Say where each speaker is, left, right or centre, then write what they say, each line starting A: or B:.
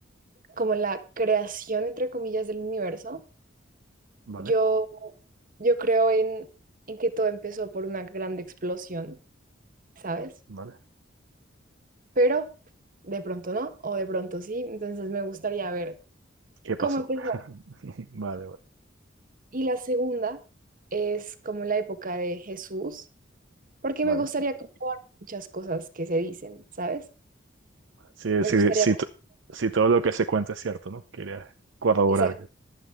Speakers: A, on the right (about 45°); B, on the right (about 70°).
A: como en la creación, entre comillas, del universo.
B: Vale,
A: Yo, yo creo en, en que todo empezó por una grande explosión, ¿sabes?
B: vale.
A: Pero de pronto no, o de pronto sí, entonces me gustaría ver
B: ¿Qué
A: cómo
B: pasó?
A: empezó.
B: <laughs> Vale, vale.
A: Y la segunda es como la época de Jesús, porque
B: vale.
A: me gustaría comprobar muchas cosas que se dicen, ¿sabes?
B: Sí,
A: Me
B: sí,
A: gustaría
B: sí, t- sí, todo lo que se cuenta es cierto, ¿no? Quería corroborar.
A: pensar